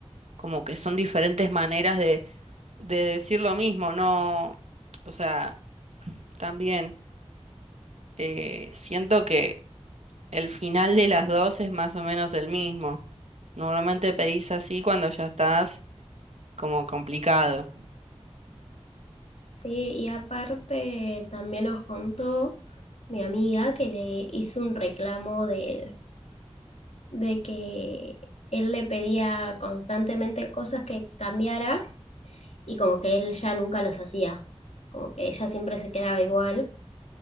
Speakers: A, on the right; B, on the left.
A: como que son diferentes maneras de, de decir lo mismo, ¿no? O sea, también eh, siento que el final de las dos es más o menos el mismo. Normalmente pedís así cuando ya estás como complicado.
B: Sí, y aparte también nos contó mi amiga que le hizo un reclamo de, de que él le pedía constantemente cosas que cambiara y como que él ya nunca los hacía, como que ella siempre se quedaba igual